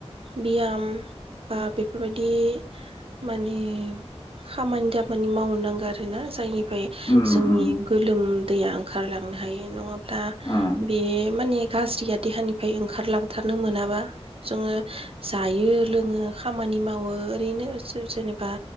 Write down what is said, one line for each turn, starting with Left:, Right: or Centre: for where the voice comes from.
Right: बियाम बा बेफोरबायदि माने खामानि दामानि मावनो नांगौ आरो ना जायनि फ्राय
Left: उम
Right: जोंनि
Left: उम
Right: गोलोमदैया ओंखारलांनो हायो नङाब्ला
Left: उम
Right: बे माने गाज्रिया देहानिफ्राय ओंखारलांथारनो मोनाबा जोङो जायो लोङो खामानि मावो ओरैनो जेनेबा